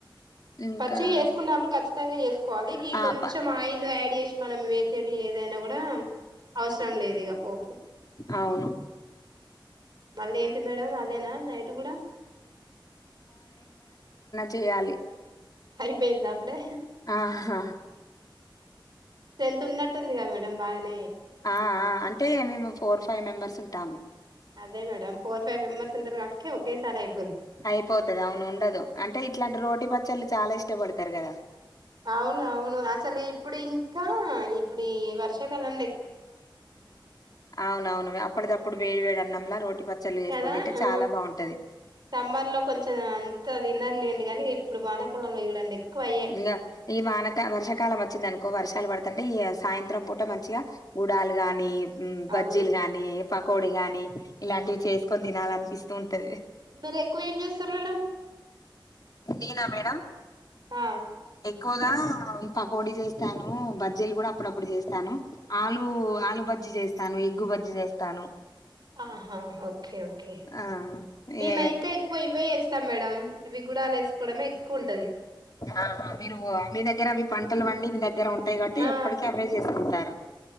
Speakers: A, on the left; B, on the right.
A: ఇంకా
B: పచ్చి వేసుకున్నప్పుడు కఖచ్చితంగా వేసుకోవాలి గి
A: ఆ
B: కొంచెం
A: ప
B: ఆయిల్ యాడ్ చేసి మనం వేసేటి ఏదైన కూడ అవసరం లేదు ఇక పోపు
A: అవును
B: మళ్ళీ ఏంటి మేడం అదేన నైట్ కూడ
A: చేయ్యాలి
B: అయిపోయింద అప్పుడే
A: ఆహా!
B: తెంత్ ఉన్నట్ టందిగ మేడం బాగనే
A: అ ఆ అంటే మేము ఫోర్ ఫైవ్ మెంబర్స్ ఉంటాము
B: అదే మేడమ్ ఫోర్ ఫైవ్ మెబర్స్ ఉంటరు కాటికి ఒకే సారి అయిపో
A: అయిపోతది అవును ఉండదు అంటే ఇట్లాంటి రోటీ పచ్చళ్ళు చాల ఇష్టపడతారు కదా
B: అవును అవును అసలు ఇప్పుడు ఇంకా ఇప్పుడు ఈ వర్షాకాలం ద
A: అవునవును అప్పటిదప్పుడు వేడి వేడి అన్నాం లా రోటి పచ్చళ్ళు చేసుకొని
B: కదా
A: తింటే
B: ఆ
A: చాలా బావుంటది.
B: సమ్మర్లో కొంచం అంత అది తిన్నర్ లేం కాని ఇప్పుడు వానకాలంలో చూడండి ఎక్కువ అయ్యే
A: ఇంగ ఈ వానక వర్షాకాలం వచ్చిందనుకో ఎక్కువ వర్షాలు పడుతంటే ఈ సాయంత్రం పూట మంచిగా గుడాలు గాని బజ్జీలు
B: అవును
A: గాని పకోడి గాని ఇలాంటివి చేసుకొని తినాలనిపిస్తు ఉన్ టది
B: మీరు ఎక్కువ ఏం చేస్తారు మేడం
A: నినా మేడం
B: ఆ
A: ఎక్కువగా పకోడి చేస్తాను బజ్జీలు కూడా అప్పుడప్పుడు చేస్తాను ఆలు
B: ఆ అవును
A: ఆలు
B: మేడం
A: బజ్జి చేస్తాను ఎగ్గు బజ్జి చేస్తాను
B: ఆహా ఓకే ఓకే
A: ఆ
B: మేముైతే
A: ఏ
B: ఎక్కువ ఇవే వేస్తాం మేడం ఇవి గుడాలు వేసుకోవడమే ఎక్కువ ఉంటది
A: ఆహా మీరు మీ దగ్గర అవి పంటలు పండి మీ దగ్గర ఉన్ టై కాబట్టి
B: ఆ
A: ఎప్పటికి అవ్వే చేసుకుంటారు